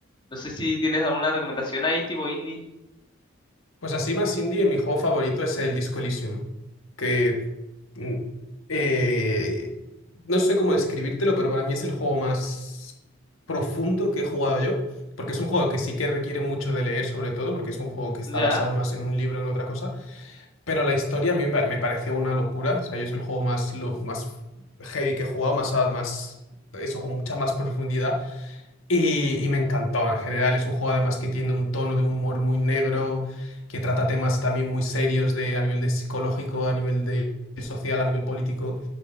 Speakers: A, on the left; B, on the left.
A: No sé si tienes alguna recomendación ahí tipo indie.
B: Pues así más indie, mi juego favorito es el Disco Elysium, que Mm, eh, no sé cómo describírtelo, pero para mí es el juego más profundo que he jugado yo, porque es un juego que sí que requiere mucho de leer, sobre todo, porque es un juego que está
A: Ya.
B: basado más en un libro que en otra cosa, pero la historia a mí me pa- me pareció una locura, o sea, yo es el juego más, lo, más heavy que he jugado, más, a- más eso, con mucha más profundidad. Y, y me encantó en general. Es un juego además que tiene un tono de humor muy negro, que trata temas también muy serios de, a nivel de psicológico, a nivel de social, a nivel político.